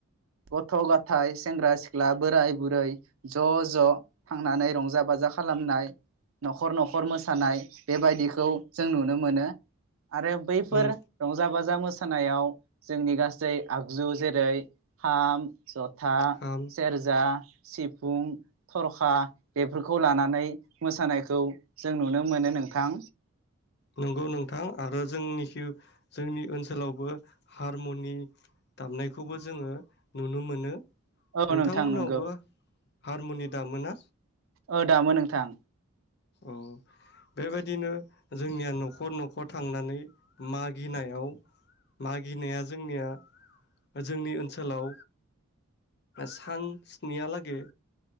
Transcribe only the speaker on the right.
गथ' गथाय सेंग्रा सिख्ला बोराय बुरै ज' ज' थांनानै रंजा बाजा खालामनाय न'खर न'खर मोसानाय बेबायदिखौ जों नुनो मोनो। आरो बैफोर
रंजा बाजा मोसा मोसानायाव जोंनि गासै आगजु जेरै खाम, जथा था
सेरजा सिफुं, थरखा बेफोरखौ लानानै मोसानायखौ जों नुनो मोनो नोंथां।
औ
नोंथां नंगौ
औ दामो नोंथां।